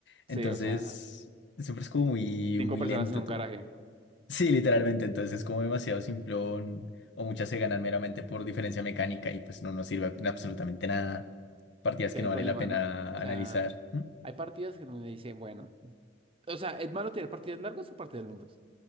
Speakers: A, on the left; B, on the right.
A: Entonces,
B: Sí, o sea,
A: siempre es como muy,
B: cinco
A: muy
B: personas
A: lento
B: en un
A: todo.
B: garaje.
A: Sí, literalmente, entonces es como demasiado simplón o muchas se ganan meramente por diferencia mecánica y pues no nos sirve absolutamente nada. Partidas
B: Es que
A: que
B: es
A: no
B: el
A: vale
B: problema,
A: la pena
B: ¿no? O sea,
A: analizar. ¿Mm?
B: hay partidas que uno dice, bueno. O sea, ¿es malo tener partidas largas o partidas lentas?